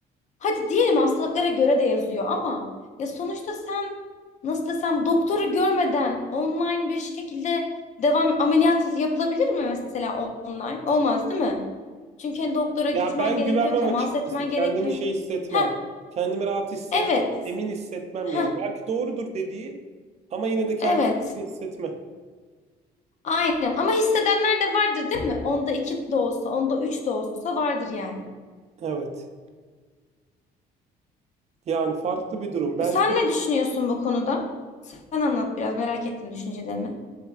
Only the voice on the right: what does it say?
Ya ben
güvenmem
açıkçası.
Kendimi
şey hissetmem.
Kendimi rahat hisset,
emin hissetmem
yani. Belki doğrudur dediği ama yine de kendimi
emin hissetmem.
Evet. Yani farklı bir durum. Ben
şöyle